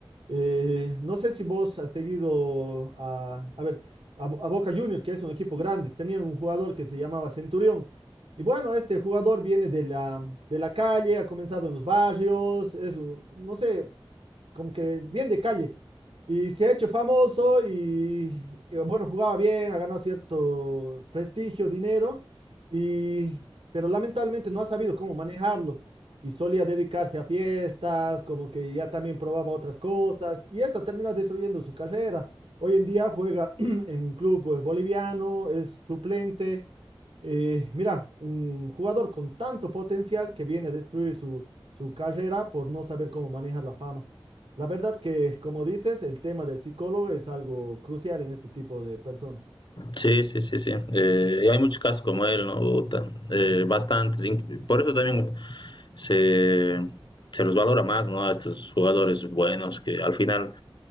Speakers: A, on the right (about 85°); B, on the left (about 55°).
A: Eh, no sé si vos has seguido a, a ver, a, a Boca Juniors, que es un equipo grande, tenían un jugador que se llamaba Centurión. Y bueno, este jugador viene de la, de la calle, ha comenzado en los barrios, es, un, no sé, como que bien de calle. Y se ha hecho famoso y, y, bueno, jugaba bien, ha ganado cierto prestigio, dinero, y, pero lamentablemente no ha sabido cómo manejarlo. Y solía dedicarse a fiestas, como que ya también probaba otras cosas, y eso termina destruyendo su carrera. Hoy en día juega <clears throat> en un club eh, boliviano, es suplente. Eh, mira, un jugador con tanto potencial que viene a destruir su, su carrera por no saber cómo manejar la fama. La verdad que, como dices, el tema del psicólogo es algo crucial en este tipo de personas.
B: Sí, sí, sí, sí. Eh, y hay muchos casos como él, ¿no? Eh, bastantes. Por eso también se, se los valora más, ¿no? A estos jugadores buenos que al final